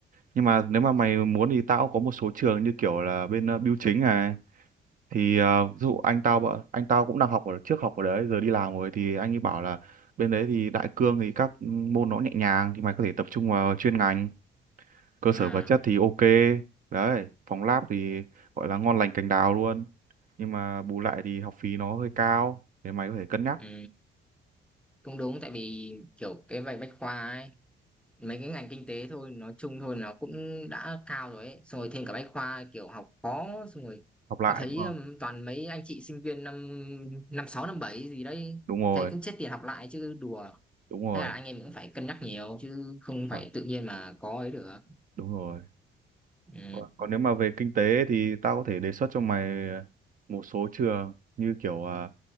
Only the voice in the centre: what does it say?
à
ừ cũng đúng tại vì kiểu cái bài Bách Khoa ấy mấy cái ngành kinh tế thôi nói chung thôi nó cũng đã cao rồi ấy xong rồi thêm cả bách khoa kiểu học khó xong rồi
tao thấy
um, toàn mấy anh chị sinh viên năm năm sáu năm bảy gì đấy
thấy cũng chết tiền học lại chứ đùa
thế là anh em cũng phải cân nhắc nhiều chứ không phải
tự nhiên mà có ấy được
ừ